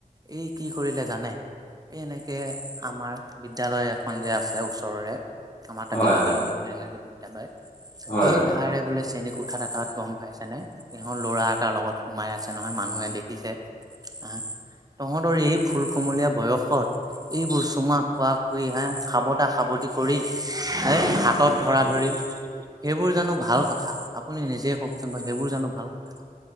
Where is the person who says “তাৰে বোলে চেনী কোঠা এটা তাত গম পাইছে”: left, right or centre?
Right